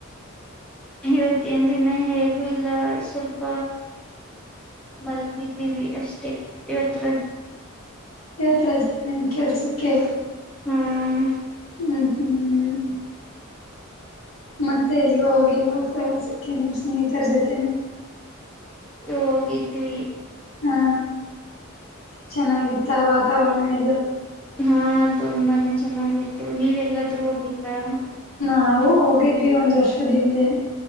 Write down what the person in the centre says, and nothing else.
ಇವತ್ತೇನ್ ದಿನ ಹೇಗೂ ಇಲ್ಲ ಸ್ವಲ್ಪ ಮಲಗಿದ್ದೀವಿ ಅಷ್ಟೇ ಇವತ್ರ
ಹ್ಮ್
ಹೋಗಿದ್ವಿ
ಹಾ ತುಂಬಾನೇ ಚೆನ್ನಾಗಿತ್ತು ನೀವೆಲ್ಲಾದ್ರೂ ಹೋಗಿದ್ರ